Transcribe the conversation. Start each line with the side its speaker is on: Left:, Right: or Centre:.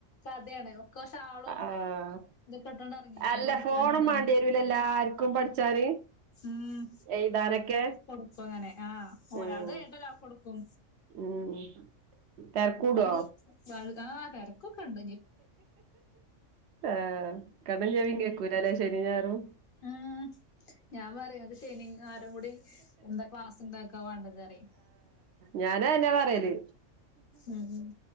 Left: പർദയാണ്ഒപ്പം ഷാളും
Right: ആഹ്
Left: ഇതിട്ടോണ്ടാണിറങ്ങിയേക്കണേ
Right: അല്ല
Left: പഠിക്കാനാണിറങ്ങി
Right: ഫോണും മാണ്ടിരൂലേ എല്ലാർക്കും പഠിച്ചാന്
Left: ഉം
Right: എഴുതാനൊക്കെ..
Left: കൊടുക്കുമങ്ങനെ, ആഹ്.. ഒരാൾ
Right: ഉം
Left: ത് കഴിഞിട്ടൊരാൾക്ക് കൊടുക്കും
Right: ഉം.. തെരക്കൂടോ
Left: ഓള് വലുതാ, തിരക്കൊക്കെയുണ്ടിനി.
Right: ആഹ് കണ്ണും, ചെവിയും കേക്കൂലായല്ലേ ശനിയുംഞായറും.
Left: ആഹ്.. ഞാൻപറയുമത് ശനിയും, ഞായറുംകൂടി എന്താക്ലാസ്ഉണ്ടാക്കാ വേണ്ടതെന്നു പറയും.
Right: ഞാനാ എന്നെ പറയല്
Left: ഉം